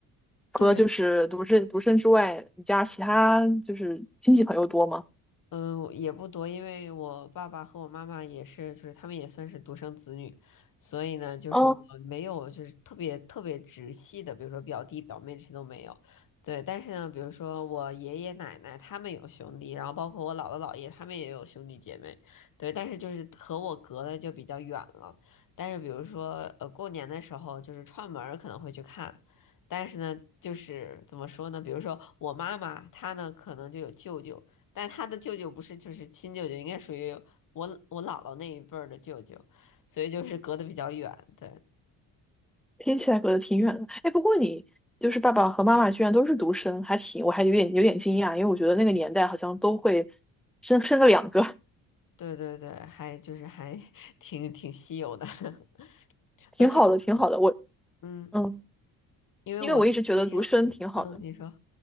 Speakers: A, in the centre; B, on the left.
A: 除了就是独生独生之外，
B: 对。
A: 你家其他就是亲戚朋友多吗？
B: 嗯，也不多，因为我爸爸和我妈妈也是，就是他们也算是独生子女，所以呢，就是我没有就是特别特别直系的，
A: 哦，
B: 比如说表弟表妹这些都没有。对，但是呢，比如说我爷爷奶奶他们有兄弟，然后包括我姥姥姥爷他们也有兄弟姐妹，对，但是就是和我隔的就比较远了。但是比如说呃过年的时候，就是串门儿可能会去看。但是呢，就是怎么说呢？比如说我妈妈，她呢可能就有舅舅，但他的舅舅不是就是亲舅舅，应该属于我我姥姥那一辈儿的舅舅，所以就是隔得比较远。对
A: 听起来隔得挺远的。哎，不过你就是爸爸和妈妈居然都是独生，还挺，我还有点有点惊讶，因为我觉得那个年代好像都会生生个两个，<laughs>
B: 对对对，还就是还 <laughs> 挺挺稀有的，<laughs>
A: 挺好的，
B: 而且就是我
A: 挺好的。我
B: 嗯，
A: 嗯，
B: 因为我是欢迎，
A: 因为我一直觉得独生挺好的。
B: 嗯，你说